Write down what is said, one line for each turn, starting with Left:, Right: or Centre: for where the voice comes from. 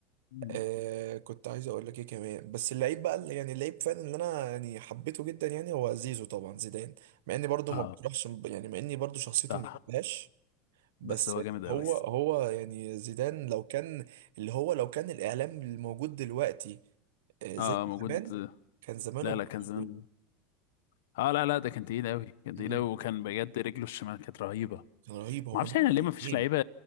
Left: مم.
Right: آه كنت عايز اقول لك ايه كمان بس اللعيب بقى اللي يعني اللعيب فعلا اللي انا يعني حبيته جدا يعني هو زيزو طبعا زيدان مع اني برضو
Left: اه
Right: ما بتروحش يعني مع اني برضو شخصيته
Left: صح
Right: ما بحبهاش بس
Left: بس هو جامد
Right: هو
Left: قوي بس
Right: هو يعني زيدان لو كان اللي هو لو كان الاعلام الموجود دلوقتي آه زي
Left: اه
Right: زمان
Left: موجود
Right: كان زمانه
Left: لا لا كان
Right: برضو
Left: زمان <laughs> اه لا لا ده كان تقيل قوي كان
Right: مم.
Left: تقيل قوي وكان بجد رجله الشمال كانت رهيبه
Right: كان رهيب هو
Left: ما اعرفش
Right: كان بيلعب
Left: احنا ليه
Right: الاثنين
Left: ما فيش لعيبه